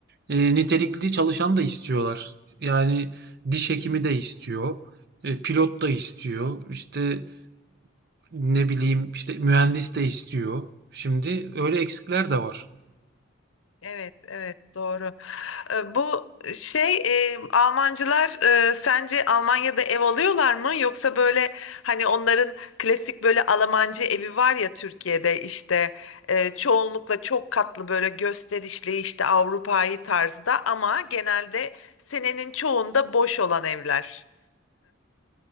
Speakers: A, on the right (about 50°); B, on the left (about 75°).
A: e, nitelikli çalışan da istiyorlar. Yani diş hekimi de istiyor, e, pilot da istiyor, işte ne bileyim işte mühendis de istiyor. Şimdi öyle eksikler de var.
B: Evet, evet doğru. Ee, Bu şey e, Almancılar e, sence Almanya'da ev alıyorlar mı? Yoksa böyle hani onların klasik böyle Almancı evi var ya Türkiye'de işte e, çoğunlukla çok katlı böyle gösterişli işte Avrupa'yı tarzda ama genelde senenin çoğunda boş olan evler.